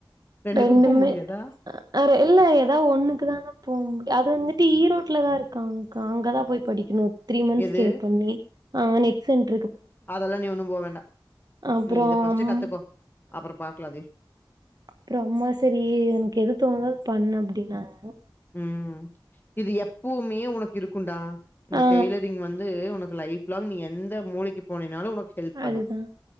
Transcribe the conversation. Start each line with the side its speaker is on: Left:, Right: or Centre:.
Left: ரெண்டுக்கும்
Right: ரெண்டுமே
Left: போ முடியாதா
Right: அர இல்ல ஏதாவது ஒண்ணுக்கு தான போக முடிய அது வந்துட்டு ஈரோட்ல தான் இருக்காங்க்கா அங்கதான் போய் படிக்கணும் த்ரீ மந்த்ஸ்
Left: எது
Right: ஸ்டே பண்ணி ஆஹ் நெட்சென்ட்
Left: அதெல்லா நீ ஒண்ணு போ வேண்டா
Right: அப்றோ
Left: நீ இதை பஃர்ஸ்ட்டு
Right: அம்
Left: கத்துக்கோ அப்புற பாக்கலாதே
Right: அப்றம் அம்மா சரி எனக்கு எது தோணுதோ அது பண்ணு அப்டின்னாங்க
Left: உம் இது எப்பவுமே உனக்கு இருக்குண்டா இந்த
Right: ஆ
Left: டெய்லரிங் வந்து உனக்கு லைப்லாங் நீ எந்த மூளைக்கு போனினாலும் உனக் ஹெல்ப் பண்ணும்
Right: அதுதா